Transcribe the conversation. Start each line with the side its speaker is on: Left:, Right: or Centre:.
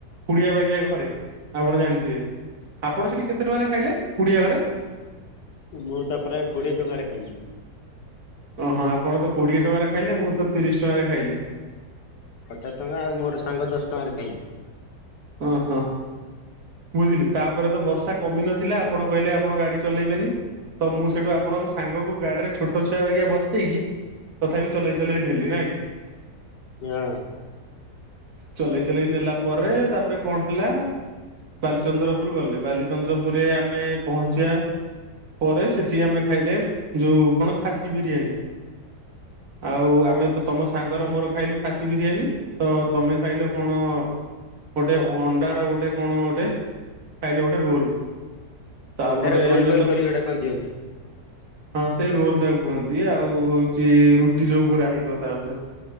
Right: କୁଡ଼ିଆ ବାଗିଆ ଘରେ। ଆପଣ ଜାଣିଥିବେ, ଆପଣ ସେଠି କେତେ ଟଙ୍କାରେ ଖାଇଲେ କୁଡ଼ିଆ ଘରେ?
Left: ମୁଁ ତା ପରେ କୋଡ଼ିଏ ଟଙ୍କାରେ ଖାଇଲିି।
Right: ଓ ହଁ ଆପଣ ତ କୋଡ଼ିଏ ଟଙ୍କାରେ ଖାଇଲେ ମୁଁ ତ ତିରିଶ ଟଙ୍କାରେ ଖାଇଲି।
Left: ପଚାଶ ଟଙ୍କା ଆଉ ମୋର ସାଙ୍ଗ ଦଶ ଟଙ୍କାରେ ଖାଇଲେ।
Right: ହ ହୋ। ବୁଝିଲେ। ତାପରେ ତ ବର୍ଷା କମି ନଥିଲା ଆପଣ କହିଲେ ଆପଣ ଗାଡ଼ି ଚଲେଇବେନି। ତ ମୁଁ ସେଇଠୁ ଆପଣଙ୍କ ସାଙ୍ଗକୁ ଗାଡ଼ିରେ ଛୋଟ ଛୁଆ ଭଳିଆ ବସେଇକି ତଥାପି ଚଲେଇ ଚଲେଇ ନେଲି ନା କି।
Left: <unintelligible>
Right: ଚଲେଇ ଚଲେଇ ନେଲା ପରେ ତାପରେ କଣ ହେଲା ବାଲିଚନ୍ଦ୍ରପୁର ଗଲେ। ବାଲିଚନ୍ଦ୍ରପୁରରେ ଆମେ ପହଞ୍ଚିବା ପରେ ସେଠି ଆମେ ଖାଇଲେ ଯୋଉ କଣ ଖାସି ବିରିୟାନୀ। ଆଉ ଆମେ ତ ତମ ସା ସାଙ୍ଗର ମୋର ଖାଇଲୁ ଖାସି ବିରିୟାନୀ। ତ ତମେ ଖାଇଲ କଣ ଗୋଟେ ଅଣ୍ଡାର ଗୋଟେ କଣ ଗୋଟେ ଖାଇଲ ଗୋଟେ ରୋଲ୍। ତାପରେ
Left: ଅଣ୍ଡାରେ ଗୋଲ
Right: ଆମେ
Left: ଗୋଲ
Right: ତ
Left: କରି
Right: ହଁ
Left: ଗୋଟା କଣ ଦିଅନ୍ତି
Right: ସେଇ ରୋଲ୍ ତାକୁ କୁହନ୍ତି। ଆଉ ହଉଚି ରୁଟି ଯୋଉ ଗୁରା ହେଇଥିବ ତା ଉପରେ।